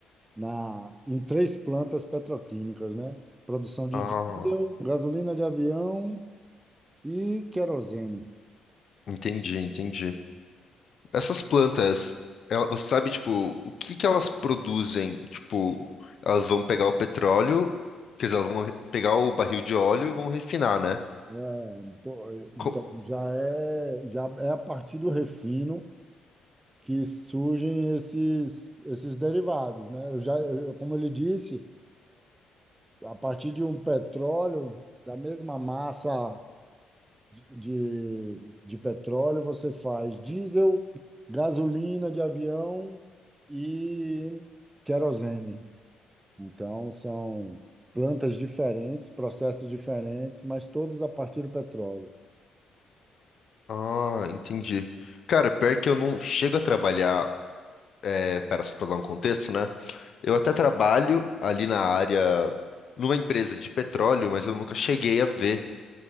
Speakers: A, on the right; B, on the left.
A: na, em três plantas petroquímicas, né? Produção de
B: Ah,
A: diesel, gasolina de avião e querosene.
B: entendi, entendi. Essas plantas, ela- você sabe, tipo, o que que elas produzem? Tipo, elas vão pegar o petróleo, quer dizer, elas vão re- pegar o barril de óleo e vão refinar, né?
A: É, pô, Então,
B: Co-
A: já é, já é a partir do refino que surgem esses, esses derivados, né? Eu já, eu- como ele disse, a partir de um petróleo, da mesma massa de, de, de petróleo, você faz diesel, gasolina de avião e querosene. Então, são plantas diferentes, processos diferentes, mas todos a partir do petróleo.
B: Ah, entendi. Cara, pior que eu não chego a trabalhar, é, pera, só pra dar um contexto, né? Eu até trabalho ali na área, numa empresa de petróleo, mas eu nunca cheguei a ver